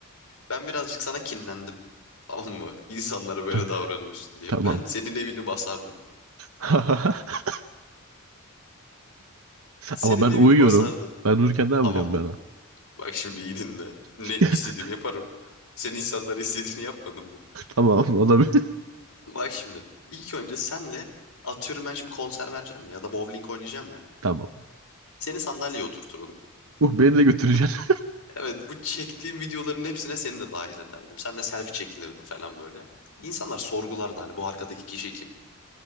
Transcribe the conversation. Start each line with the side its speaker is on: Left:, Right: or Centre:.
Left: Ben birazcık sana kinlendim. Tamam mı? <laughs> İnsanlara böyle
Right: <laughs>
Left: davranıyorsun diye.
Right: Tamam.
Left: Ben senin evini basardım.
Right: <laughs>
Left: Senin
Right: Ama ben
Left: evini
Right: uyuyorum.
Left: basardım.
Right: Ben uyurken ne yapacağım
Left: Tamam mı?
Right: ben? ha?
Left: Bak şimdi iyi dinle. Ne
Right: <laughs>
Left: istediğim yaparım. Sen insanlara istediğini yapmadın mı?
Right: Tamam olabilir.
Left: Bak şimdi. İlk önce senle atıyorum ben şimdi konser vereceğim ya ya da bowling oynayacağım ya.
Right: Tamam.
Left: Seni sandalyeye oturturdum.
Right: Uh beni de götüreceksin.
Left: Bu, evet bu çektiğim videoların hepsine seni de dahil ederdim. Senle selfie çekinirdim falan böyle. İnsanlar sorgulardı hani bu arkadaki kişi kim?